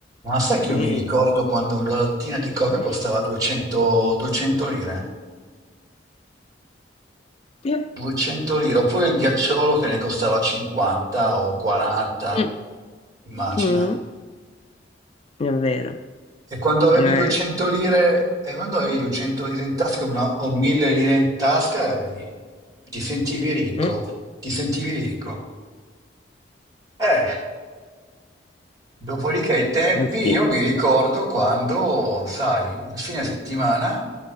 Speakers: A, on the right (about 20°); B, on the left (about 35°).
A: Ma sai che
B: Sì.
A: io mi ricordo quando una lattina di coca
B: Eh,
A: costava 200, 200 lire?
B: Eh.
A: 200 lire, oppure il ghiacciolo che ne costava 50 o 40,
B: Mm.
A: immagina.
B: Mm. È vero.
A: E quando avevi
B: Eh.
A: 200 lire, e quando avevi 200 lire in tasca una- o 1000 lire in tasca, eri- ti sentivi ricco,
B: Mm.
A: ti sentivi ricco. Eh. Dopodiché i tempi,
B: Eh sì.
A: io mi ricordo quando, sai, il fine settimana